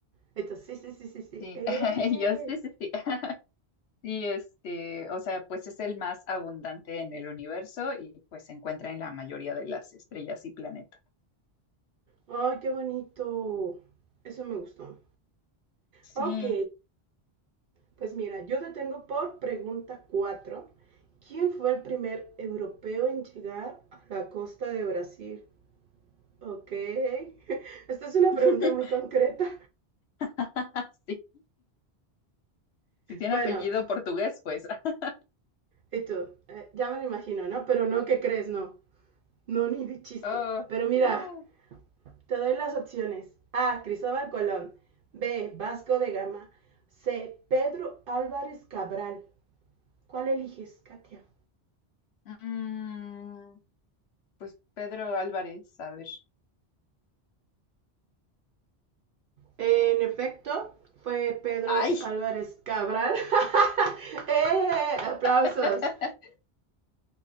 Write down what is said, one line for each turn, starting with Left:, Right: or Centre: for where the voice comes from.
Right: Entonces, sí, sí, sí, sí, sí.
Left: sí.
Right: ¡Eh!
Left: <laughs> Yo sí, sí, sí. <laughs> Sí, este, o sea, pues es el más abundante en el universo y pues se encuentra en la mayoría de las estrellas y planetas.
Right: ¡Ay, qué bonito! Eso me gustó.
Left: Sí.
Right: Ok, pues mira, yo te tengo por pregunta 4. ¿Quién fue el primer europeo en llegar a la costa de Brasil? Ok. <laughs> Esta es una
Left: <laughs>
Right: pregunta muy concreta.
Left: <laughs> Sí. Si tiene
Right: Bueno,
Left: apellido portugués, pues. <laughs>
Right: y tú, Eh, ya me lo imagino, ¿no? Pero no, ¿qué crees? No, no, ni de chiste.
Left: ah,
Right: Pero mira,
Left: oh.
Right: te doy las opciones. A, Cristóbal Colón. B, Vasco de Gama. C, Pedro Álvarez Cabral. ¿Cuál eliges, Katia?
Left: Mm, pues Pedro Álvarez, a ver.
Right: En efecto, fue Pedro
Left: ¡Ay!
Right: Álvarez Cabral. <laughs> ¡Eh! ¡Aplausos!
Left: <laughs>